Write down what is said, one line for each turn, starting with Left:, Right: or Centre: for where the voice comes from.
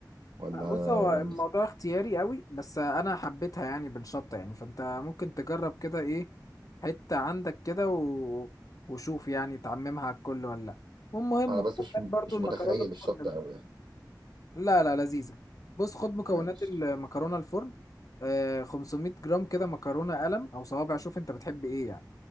Right: ولا
Left: لا، بص هو
Right: يعني
Left: الموضوع اختياري قوي بس انا حبيتها يعني بالشطه يعني فانت ممكن تجرب كده ايه حته عندك كده و... وشوف يعني تعممها على الكل ولا لا والمهم
Right: انا
Left: مكونات
Right: بس مش
Left: برضو
Right: مش
Left: المكرونه
Right: متخيل
Left: الفرن
Right: الشطه
Left: بقى
Right: قوي
Left: لا لا لذيذه بص خد مكونات
Right: ماشي
Left: المكرونه الفرن آه 500 جرام كده مكرونه قلم او صوابع شوف انت بتحب ايه يعني